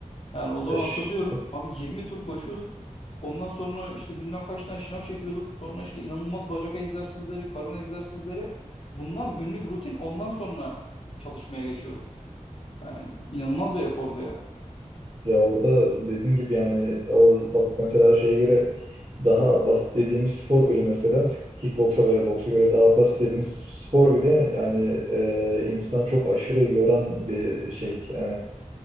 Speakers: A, on the left; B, on the right.
A: Yani o zaman
B: Eş.
A: hatırlıyorum abi 20 tur koşuyorduk. Ondan sonra işte bilmem kaç tane şınav çekiyorduk. Sonra işte inanılmaz bacak egzersizleri, karın egzersizleri. Bunlar günlük rutin ondan sonra çalışmaya geçiyorduk. Yani inanılmaz bir efordu ya.
B: Ya orada dediğin gibi yani o bak mesela şeye göre daha basit dediğimiz spor bile mesela kickboksa veya boksa göre daha basit dediğimiz spor bile yani e, insanı çok aşırı yoran bir şey. E,